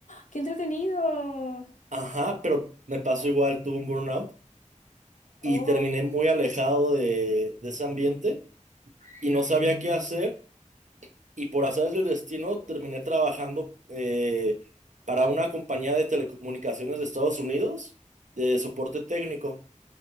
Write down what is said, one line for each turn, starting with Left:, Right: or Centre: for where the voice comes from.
Left: ¡Qué entretenido!
Right: Ajá, pero me pasó igual, tuve un burnout y
Left: Oh,
Right: terminé muy alejado de, de ese ambiente y no sabía qué hacer. y por azares del destino terminé trabajando eh, para una compañía de telecomunicaciones de Estados Unidos de soporte técnico.